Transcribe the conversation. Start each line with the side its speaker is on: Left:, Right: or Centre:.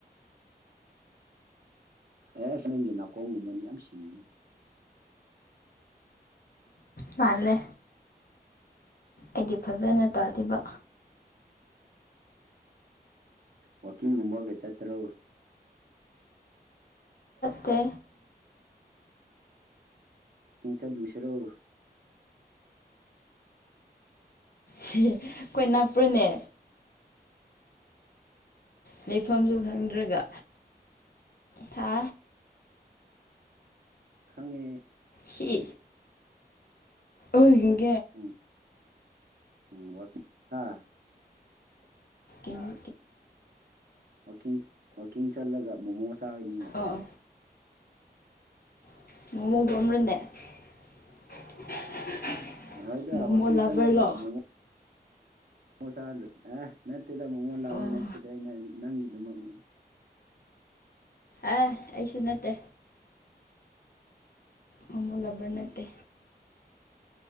Right: ꯑꯦꯁ ꯅꯪꯒꯤ ꯅꯥꯀꯣꯡꯒꯨꯝꯕꯅꯤ ꯌꯥꯝ ꯁꯤꯡꯕꯅꯤ
Left: ꯃꯥꯂꯦ ꯑꯩꯗꯤ ꯐꯖꯅ ꯇꯥꯕ
Right: ꯋꯥꯀꯤꯡꯒꯨꯝꯕꯒ ꯆꯠꯇ꯭ꯔꯣ
Left: ꯆꯦ
Right: ꯍ ꯆꯠ ꯂꯁꯦꯔꯣ
Left: ꯑꯩꯈꯣꯏ ꯅꯥꯄ꯭ꯔꯅꯦ ꯂꯩꯐꯝꯁꯨ ꯈꯪꯗ꯭ꯔꯒ ꯊꯥ
Right: ꯈꯪꯉꯦ
Left: ꯍ ꯑꯣꯏ
Right: ꯎꯝ ꯎꯝ ꯑꯥ
Left: ꯑꯣ
Right: ꯋꯥꯡ ꯋꯥꯛꯀꯤꯡ ꯆꯠꯂꯒ ꯃꯣꯃꯣ ꯆꯥꯕꯅꯤꯅ
Left: ꯑꯣ <unintelligible>
Right: ꯍꯣꯏꯗ
Left: ꯃꯣꯃꯣ
Right: ꯋꯥꯋꯥꯛꯀꯤꯡ
Left: ꯂꯚꯔꯂꯣ
Right: ꯆꯠꯂꯒ ꯃꯣꯃꯣ ꯃꯣꯃꯣ ꯆꯥꯍꯜꯂꯣꯏꯅꯦ ꯑꯦ ꯅꯠꯇꯦꯗ ꯃꯣꯃꯣ ꯂꯕꯔ
Left: ꯑꯣ
Right: ꯅꯠꯇꯦꯗ ꯑꯩꯅ ꯍꯥꯏꯗꯤ ꯅꯪꯒꯤꯗꯨꯃꯛꯅꯤꯗ
Left: ꯑ ꯑꯩꯁꯨ ꯅꯠꯇꯦ ꯎꯣꯃꯣ ꯂꯕꯔ
Right: ꯎꯝ
Left: ꯅꯠꯇꯦ